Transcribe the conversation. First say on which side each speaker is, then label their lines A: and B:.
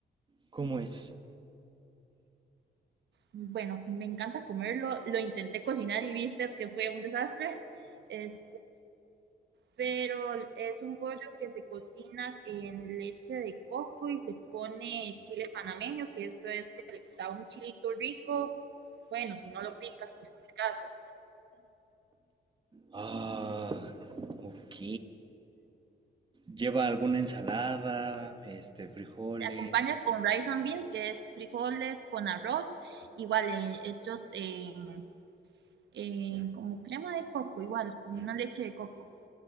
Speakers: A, on the right (about 25°); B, on the right (about 75°).
A: ¿Cómo es?
B: Bueno, me encanta comerlo, lo intenté cocinar y viste que fue un desastre. Es- pero es un pollo que se cocina en leche de coco y se pone chile panameño, que esto es que le da un chilito rico. Bueno, si no lo picas, como en mi caso.
A: Ah, ok. Lleva alguna ensalada, este, frijoles.
B: te acompaña con rice and bean, que es frijoles con arroz, igual eh, hechos en, en como crema de coco, igual, como una leche de coco,